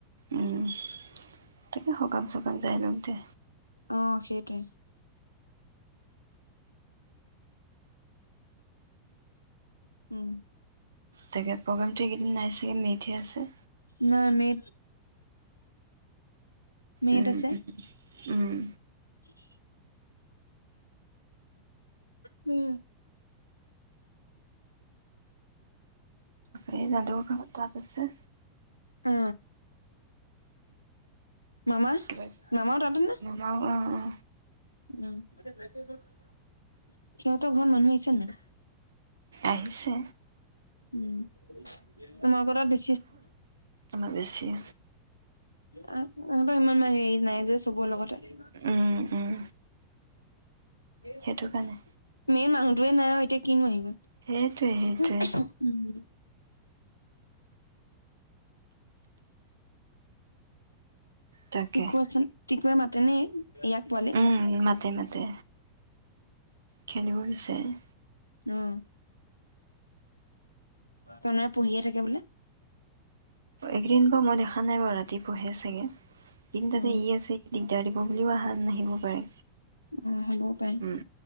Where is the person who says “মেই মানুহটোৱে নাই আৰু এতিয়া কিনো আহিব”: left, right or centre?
Left